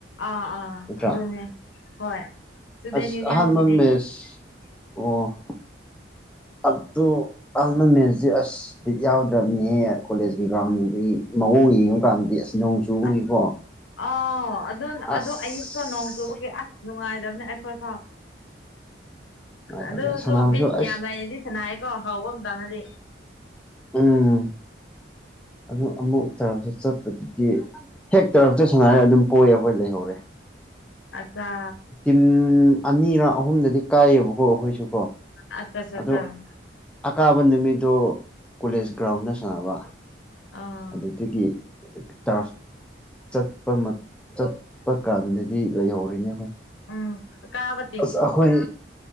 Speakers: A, on the left (about 85°); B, in the centre.
A: ꯑꯥ ꯑꯥ
B: ꯅꯠꯇ꯭ꯔꯥ
A: ꯑꯗꯨꯅꯦ ꯍꯣꯏ ꯏꯁꯇꯨꯗꯦꯟ
B: ꯑꯁ
A: ꯌꯨꯅꯤꯌꯟꯒꯤꯅꯦ
B: ꯑꯍꯥꯟꯕ ꯃꯦꯁ ꯑꯣ ꯑꯗꯨ <unintelligible> ꯏꯁ ꯕꯤꯠ ꯌꯥꯎꯗ꯭ꯔꯕꯅꯤꯍꯦ ꯀꯣꯂꯦꯖꯀꯤ ꯒ꯭ꯔꯥꯎꯟꯗꯨꯗꯒꯤ ꯃꯑꯣꯡ ꯌꯦꯡꯉꯨ ꯀꯥꯟꯗꯗꯤ ꯑꯁ ꯅꯣꯡ ꯆꯨꯕꯒꯤꯀꯣ
A: ꯑꯁ ꯑꯥꯎ ꯑꯗꯨ ꯑꯗꯨ
B: ꯑꯁ
A: ꯑꯌꯨꯛꯇ ꯅꯣꯡ ꯆꯨꯕꯒꯤ ꯑꯁ ꯅꯨꯡꯉꯥꯏꯗꯕꯅꯦ ꯑꯩꯈꯣꯏ ꯐꯥꯎ
B: ꯅꯨꯡꯉꯥꯏꯇꯕꯅꯦ
A: ꯑꯗꯨꯁꯨ
B: ꯁꯥꯟꯅꯕꯁꯨ
A: ꯕꯤꯠ
B: ꯑꯁ
A: ꯌꯥꯝ ꯂꯩꯅꯗꯤ ꯁꯅꯥꯏꯀꯣ ꯍꯥꯎꯕ ꯑꯃꯝꯇꯪꯅꯗꯤ
B: ꯎꯝ ꯑꯗꯨ ꯑꯃꯨꯛ ꯇꯁꯨ ꯆꯠꯄꯗꯨꯗꯤ ꯍꯦꯛ ꯇꯔꯞꯇ ꯁꯥꯟꯅꯔꯦ ꯑꯗꯨꯝ ꯄꯣꯛꯔ ꯑꯩꯈꯣꯏ ꯂꯩꯍꯧꯔꯦ
A: ꯑꯆꯥ
B: ꯎꯝ ꯑꯅꯤꯔ ꯑꯍꯨꯝꯔꯗꯤ ꯀꯥꯏꯌꯦꯕꯀꯣ ꯑꯩꯈꯣꯏꯁꯨ ꯀꯣ
A: <unintelligible>
B: ꯑꯗꯣ ꯑꯀꯥꯕ ꯅꯨꯃꯤꯠꯇꯣ ꯀꯣꯂꯦꯖ ꯒ꯭ꯔꯥꯎꯟꯗ ꯁꯥꯟꯅꯕ
A: ꯑꯥ
B: ꯑꯗꯨꯗꯒꯤ ꯇꯔꯐ ꯆꯠꯄ ꯆꯠꯄ ꯀꯥꯟꯗꯗꯤ ꯂꯩꯍꯧꯔꯤꯅꯦ ꯑꯩꯈꯣꯏ
A: ꯎꯝ ꯀꯕ
B: ꯑꯁ ꯑꯩꯈꯣꯏ